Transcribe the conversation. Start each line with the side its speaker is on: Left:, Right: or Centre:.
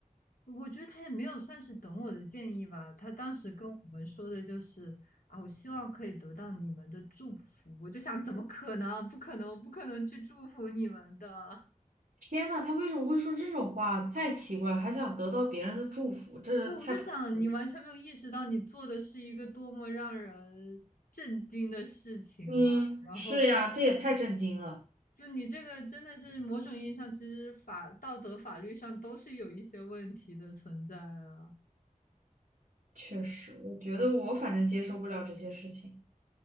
Left: 我觉得他也没有算是等我的建议吧，他当时跟我们说的就是啊，我希望可以得到你们的祝福。我就想，怎么可能？不可能，我不可能去祝福你们的。
Right: 天呐，他为什么会说这种话？太奇怪了还想得到别人的祝福，这太不可思议。
Left: 对，我就想，你完全没有意识到你做的是一个多么让人震惊的事情嘛。
Right: 嗯，
Left: 然后，
Right: 是呀，这也太震惊了。
Left: 就你这个真的是某种意义上，其实法道德法律上都是有一些问题的存在啊。
Right: 确实，我觉得我反正接受不了这些事情